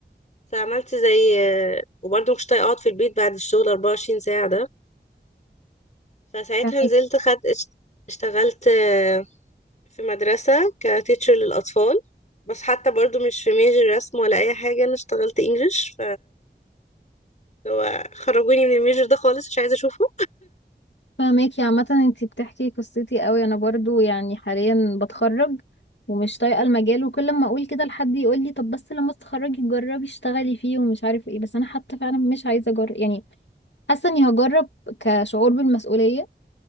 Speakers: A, on the left; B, on the left.
A: فعملت زي آه، وبرضه مش طايقة اقعد في البيت بعد الشغل 24 ساعة ده فساعتها
B: فاهمك
A: نزلت خد اش- اشتغلت آه، في مدرسة كتيتشر للأطفال بس حتى برضو مش في ميجر رسم ولا أي حاجة أنا اشتغلت انجلش فخرجوني من الميجر ده خالص مش عايزة أشوفه
B: فاهماكي عامة انتي بتحكي قصتي قوي انا برضو يعني حاليا بتخرج ومش طايقة المجال وكل ما اقول كده لحد يقول لي طب بس لما تتخرجي جربي اشتغلي فيه ومش عارف ايه بس انا حتى فعلا مش عايزة اجرب يعني حاسة اني هجرب كشعور بالمسؤولية